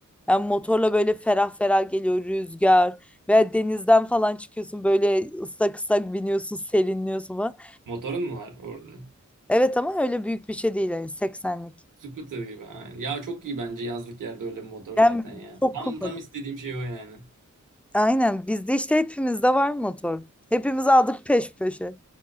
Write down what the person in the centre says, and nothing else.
Yani motorla böyle ferah ferah geliyor rüzgar veya denizden falan çıkıyorsun böyle ıslak ıslak biniyorsun serinliyorsun falan.
Evet ama öyle büyük bir şey değil yani 80'lik.
Yani
çok
kullanılır.
Aynen bizde işte hepimizde var motor. Hepimiz aldık peş peşe.